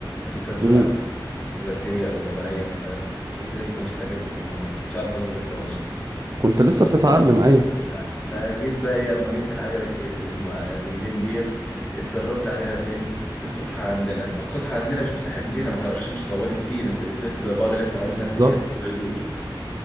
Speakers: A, on the left; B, on the right.
A: كنت هسوق
B: امم
A: الأح- الثلاثية أو الرباعية مثلا كنت لسه مستجد في الموضوع كنتش عارف أظبط التوازن
B: كنت لسه بتتعلم ايوه
A: نعم. فجيت بقى إيه أما جبت العجلة ك- الم- الرجلين ديت اتدربت عليها فين؟ في السطحة عندنا السطحة عندنا مش مساحة كبيرة ما تعرفش تمشي طوالي كتير أنت بتلف بقعد ألف حوالين
B: بالظبط
A: نفسي كده ما يدور